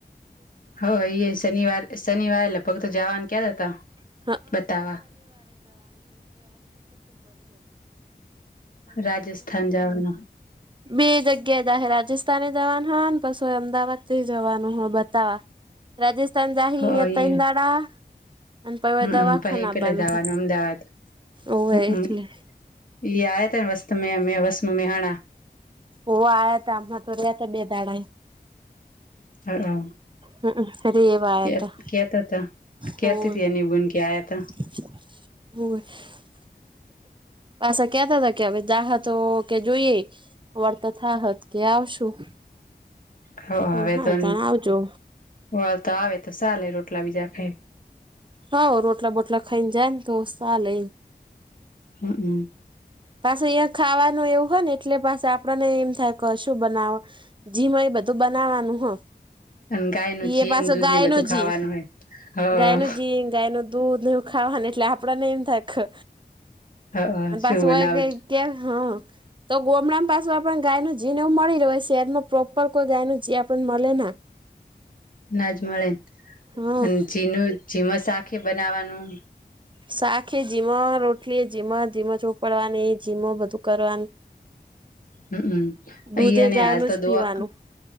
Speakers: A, on the left; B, on the right.
A: <unintelligible>
B: <unintelligible> <unintelligible>
A: બતાવા રાજસ્થાન જવાનું
B: બે જગ્યાએ જાહે રાજસ્થાને જવાના પાસો એમ અમદાવાદથી જવાનું હો બતાવા રાજસ્થાન જાહી
A: હો
B: ન્યાં તઈન
A: ઈ
B: દાડા અને પહી
A: હમમ
B: દવાખાના
A: પહી પેલા
B: આવવાનું
A: જવાનું
B: હે
A: અમદાવાદ
B: ઓવે
A: હમમ
B: એટલે
A: <unintelligible>
B: ઓ આવ્યા હતા આમણા તો રહ્યા હતા બે દાડાએ
A: હા
B: હમમ રેવા આયા
A: હ એમ
B: તા
A: કેતાતા કેતીતી
B: હોવે
A: એની બુન કે આયતા
B: <unintelligible> પાસા કેતાતા કે હવે જાહે તો કે જોઈએ વળત થાહત કે આવશું
A: હ
B: મે
A: હવે
B: હારુ
A: તો
B: તાણ આવજો
A: વળતા આવે તો સાલે રોટલા બીજા ખાઈ
B: હા રોટલા બોટલા ખાઈને જાય ને તો ચાલે
A: હઅંમ
B: પાછ અહીં ખાવાનું એવું હોય ને એટલે પાસા આપણને એમ થાય કે શું બનાવું જીમાં એ બધું બનાવાનું હોય
A: અને ગાય નું
B: ઈ
A: જીન
B: એ પાછો
A: દૂધ
B: ગાય
A: ને બધું
B: નો જી
A: ખાવાનું હોય
B: ગાય નો જી ગાય નું દૂધ ખાવાની એટલે આપડને એમ થાય
A: હ હ શું
B: પાછું
A: બનાવું
B: હોય કઈ એ હ તો ગોમડામ પાછું આપણને ગાય નું જીણ મળી રહે છે શહેરમાં પ્રોપર કોઈ ગાય નું જી આપણને મળે ના
A: ના જ મળે
B: હમ
A: અને જી નું જીમાં શાખે બનાવવાનું
B: શાખ એ જીમાં રોટલી જીમાં ધીમાં ચોપડવાની એ જીમ બધું કરવાનું
A: હમમ
B: દૂધે
A: અહીયા ને
B: ગાયનું
A: હાલ તો
B: જ
A: દોઆ
B: પીવાનું